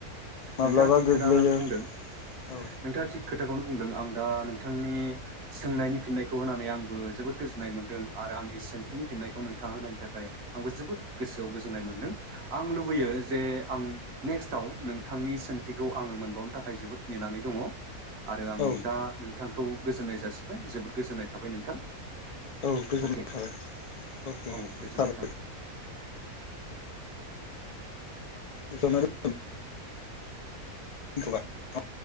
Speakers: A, on the left (about 70°); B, on the right (about 50°).
A: माब्लाबा
B: नोंथाङा थिग
A: गोग्लैयो
B: खोथाखोनो बुंदों
A: औ
B: नोंथाङा थिग खोथा खोथाखौनो बुंदों आं दा नोंथांनि सोंनायनि फिननायखौ होनानै आंबो जोबोद गोजोननाय मोनदों आरो आंनि सोंथिनि फिन्नायखौ नोंथाङा होनायनि थाखाय आंबो जोबोद गोसोआव गोजोननाय मोन्दों आं लुबैयो
A: औ
B: जे आं नेकस्टआव नोंथांनि सोंथिखौ आङो मोनबावनो थाखाय जोबोद नेनानै दङ आरो आं
A: औ
B: दा नोंथांखौ गोजोन्नाय जासिबाय जोबोद गोजोननाय थाबाय नोंथां
A: औ गोजोननाय
B: अके
A: थाबाय अके
B: औ गोजोननाय
A: जाबाय
B: थाबाय
A: बेखौनो रों दोनथ'बाय